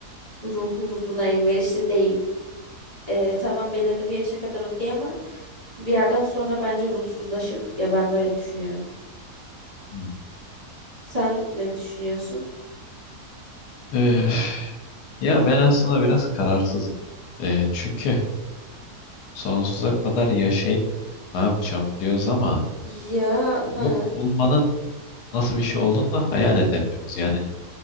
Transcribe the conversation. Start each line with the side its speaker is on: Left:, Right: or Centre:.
Right: ruhumuz buna elverişli değil. Ee, tamam belirli bir yaşa kadar okey ama bir yerden sonra bence ruhsuzlaşırdık ya ben böyle düşünüyorum.
Left: Hmm.
Right: Sen ne düşünüyorsun?
Left: Öf, ya ben aslında biraz kararsızım. Ee, çünkü sonsuza kadar yaşayıp ne yapacağım diyoruz ama
Right: Ya ha
Left: yok olmanın nasıl bir şey olduğunu da hayal edemiyoruz. Yani